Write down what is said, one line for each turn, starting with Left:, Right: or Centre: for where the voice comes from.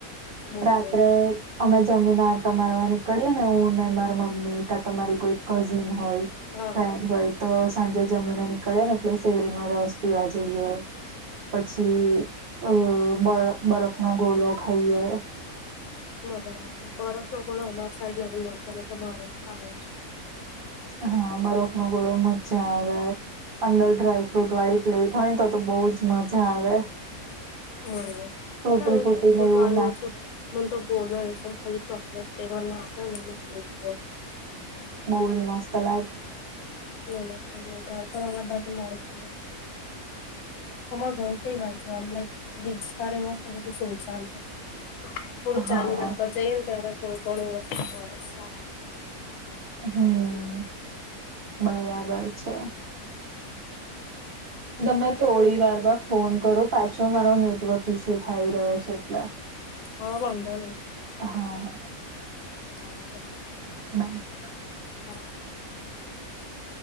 Left: બહુ
Right: રાત્રે
Left: જ
Right: અમે જમીને આટ મારવા નીકળી ને હું ને માર મમ્મી કા તમારી કોઈ કઝિન હોય
Left: હા
Right: ફ્રેન્ડ હોય. તો સાંજે જમીન નીકળીએ ને એટલે સેડીનો રસ પીવા જઈએ પછી અ બ બરફનો ગોલો ખાઈએ
Left: મજા આવે બરફ નો ગોળો અમાર સાઈડ નથી મળતો નહતો મારે ખાવું છ
Right: હા બરફ નો ગોળો મજા આવે અંદર ડ્રાયફ્રુટ વાળી પ્લેટ હોય ને તો તો બહુજ મજા આવે.
Left: હમ્મ
Right: તૂટી
Left: ના મને
Right: ફૂટીને
Left: ડ્રાયફ્રુટ
Right: એવું
Left: વાળું
Right: નાખ
Left: ઓ છું મન તો ગોળો એ પણ ખાલી ચોકલેટ ફ્લેવર ના આવે <unintelligible>
Right: બહુ જ મસ્ત <unintelligible>
Left: <unintelligible> પણ અમારી બાજુ મોડુ વાંધ અમારો ઘર કઈ બાજુ આમ વિસ્તાર એવો બધું સુનસાન હ થોડું
Right: હા
Left: ચાલી ને આગળ જઈએ ને ત્યારે કોણ કોણ વસ્તુ મળે શાક
Right: હમ્મ બરાબર છે. તમને થોડી
Left: એટલે
Right: વાર મા ફોન કરો પાછો મારો નેટવર્ક ઈસુ થઈ રહ્યો છે એટલે
Left: હા વાંધો નહી
Right: હા.
Left: સારું ચાલું.
Right: <inaudible>
Left: <inaudible>